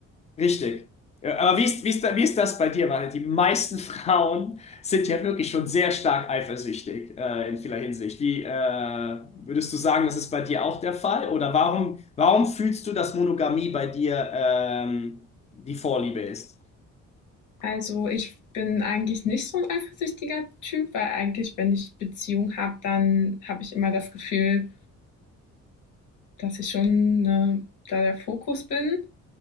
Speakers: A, on the left; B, on the left.
A: richtig. Ja, Aber wie ist, wie ist, da- wie ist das bei dir? Weil die meisten <laughs> Frauen sind ja wirklich schon sehr stark eifersüchtig äh, in vieler Hinsicht. Wie äh, würdest du sagen, das ist bei dir auch der Fall? Oder warum, warum fühlst du, dass Monogamie bei dir ähm, die Vorliebe ist?
B: Also, ich bin eigentlich nicht so ein eifersüchtiger Typ, weil eigentlich, wenn ich Beziehung habe, dann habe ich immer das Gefühl, dass ich schon, ne, da der Fokus bin.